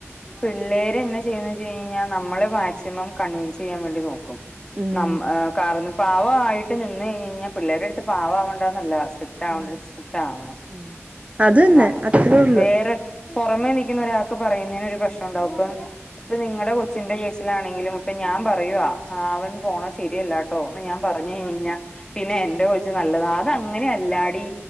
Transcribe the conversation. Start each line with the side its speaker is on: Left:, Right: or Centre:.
Left: പിള്ളേരെന്ന ചെയ്യുന്നെച്ച് കഴിഞ്ഞാൽ നമ്മള് മാക്സിമം കൺവിൻസ്യ്യാൻ വേണ്ടി നോക്കും
Right: ഉം
Left: നമ് ആ കാറ്ന പാവായിട്ട് നിന്ന് കഴഞ് കഴിഞ്ഞാ പിള്ളേര്ടടുത്ത് പാവം ആവണ്ടാന്നല്ല സ്ട്രിക്റ്റ് ആവണ്ടടുത്ത്
Right: ഉം
Left: സ്ട്രിക്റ്റ് ആവണം
Right: ഉം
Left: അതിന്
Right: അത് തന്നെ
Left: നമുക്ക്
Right: അത്രേ ഉള്ളു
Left: വേറെ പൊറമേ നിയ്ക്കുന്നൊരാക്ക് പറയുന്നേനൊരു പ്രശ്നണ്ടാവും ഇപ്പം ഇപ്പൊ നിങ്ങടെ കൊ ച്ചിന്റെ കേസിലാണെങ്കിലും ഇപ്പൊ ഞാൻ പറയുവ ആ അവൻ പോണ ശരിയല്ലാട്ടോ ന്ന് ഞാൻ പറഞ്ഞയ്ഞയിഞ്ഞാൽ പിന്നെ എന്റെ കൊച്ചു നല്ലതാ അതങ്ങനെ അല്ലാടി